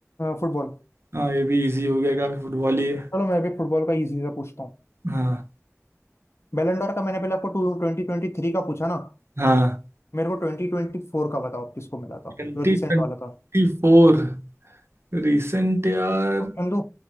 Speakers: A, on the left (about 55°); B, on the right (about 55°).
A: फुटबॉल
B: हाँ ये भी इजी हो गया काफी फुटबॉल ही है
A: चलो मैं भी फुटबॉल का इजी सा पूछता हूँ
B: हाँ
A: बैलन डॉर का मैंने पहले आपको टू ट्वेंटी ट्वेंटी थ्री का पूछा ना
B: हाँ
A: मेरे को ट्वेंटी ट्वेंटी फोर का बताओ आप किसको मिला था
B: ट्वेंटी
A: जो रिसेंट
B: ट्वेंटी
A: वाला था
B: फोर रिसेंट यार
A: ऑप्शन दो